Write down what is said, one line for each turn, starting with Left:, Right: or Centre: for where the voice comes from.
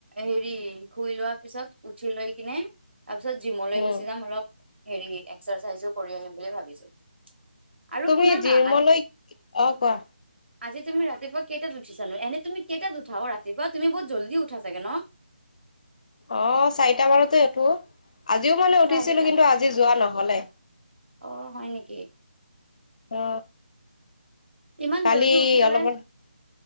Right: হেৰি শুই লোৱাৰ পিছত উঠি লৈ কিনে তাৰ পিছত জিমলৈ
Left: উম,
Right: গুচি যাম অলপ হেৰি এক্সাৰচাইজো কৰি আহিম বুলি ভাবিছো। আৰু
Left: তুমি
Right: শুনা না
Left: জিমলৈ
Right: আজ
Left: অ কোৱা।
Right: আজি তুমি ৰাতিপুৱা কেইটাত উঠিচানো? এনে তুমি কেইটা উঠা অ ৰাতিপুৱা? তুমি বহুত জল্দি উঠা চাগে ন?
Left: অ চাৰিটামানতে উঠো। আজিও মানে উঠিছিলো
Right: চাৰিটা
Left: কিন্তু আজি যোৱা নহলে।
Right: অ হয় নেকি?
Left: অ
Right: ইমান
Left: কালি
Right: জল্দি উঠি পেলাই
Left: অলপল